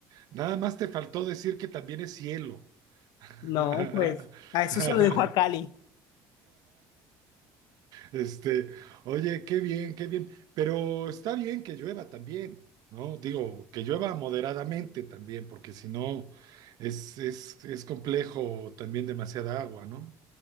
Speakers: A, on the right; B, on the left.
A: Nada más te faltó decir que también es cielo. <laughs>
B: No, pues a eso se lo dejo a Cali.
A: Este, oye, qué bien, qué bien. Pero está bien que llueva también, ¿no? Digo, que llueva moderadamente también, porque si no es, es, es complejo también demasiada agua, ¿no?